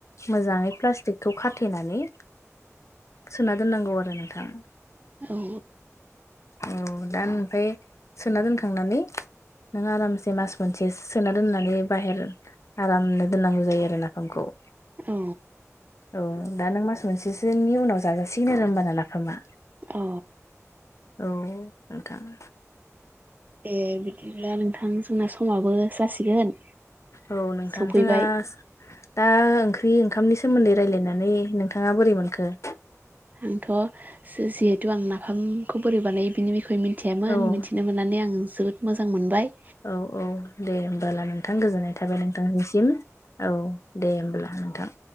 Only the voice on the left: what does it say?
मोजाङै प्लास्टिकखौ खाथेनानै सोना दोननांगौ आरो नोंथां
औ दा ओमफ्राय सोना दोनखांनानै नों आरामसे मास मोनसे सोना दोननानै बाहेर आरामनो दोननांगौ जायो आरो नाफामखौ
औ दा नों मास मोनसेसोनि उनाव जाजासिगोन आरो होमबाना नाफामा
औ नोंथां
औ नोंथां
जोंहा दा ओंख्रि ओंखामनि सोमोन्दै रायलायनानै नोंथाङा बोरै मोनखो?
औ
औ औ दे होमबालाय नोंथां गोजोननाय थाबाय नोंथांनिसिम औ दे होमबालाय नोंथां